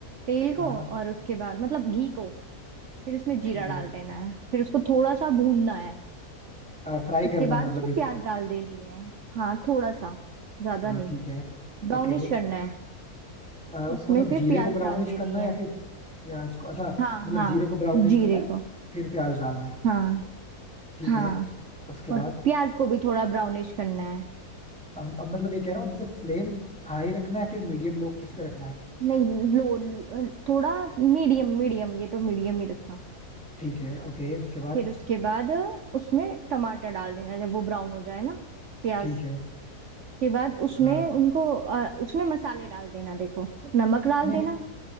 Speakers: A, on the right; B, in the centre.
A: तेल
B: हाँ
A: को और उसके बाद मतलब घी को फिर उसमें जीरा
B: ठीक है
A: डाल देना है फिर उसको थोड़ा सा भूनना है
B: फ्राई
A: उसके
B: करना
A: बाद
B: है मतलब
A: उसमें
B: बेसिकली
A: प्याज डाल देनी है हाँ थोड़ा सा ज्यादा
B: हाँ
A: नहीं
B: ठीक है
A: ब्राउनिश
B: ओके
A: करना है
B: अ,
A: उसमें
B: मतलब
A: फिर
B: जीरे
A: प्याज
B: को ब्राउनिश
A: डाल देनी
B: करना है
A: है
B: या फिर प्याज को अच्छा
A: हाँ
B: मतलब
A: हाँ
B: जीरे को ब्राउनिश
A: जीरे
B: करना है
A: को
B: फिर प्याज डालना है
A: हाँ
B: ठीक
A: हाँ
B: है उसके
A: और
B: बाद
A: प्याज को भी थोड़ा ब्राउनिश करना है
B: अब, अब मतलब ये कह रहा हूँ जैसे फ्लेम हाई रखना है फिर मीडियम लो किस पे रखना है
A: नहीं लो थोड़ा मीडियम मीडियम ये तो मीडियम ही रखना
B: ठीक है ओके उसके बाद
A: फिर उसके बाद उसमें टमाटर डाल देना जब वो ब्राउन हो जाए ना प्याज
B: ठीक है
A: उसके बाद उसमें
B: हाँ
A: उनको अ, उसमें मसाले डाल देना देखो नमक डाल
B: नहीं
A: देना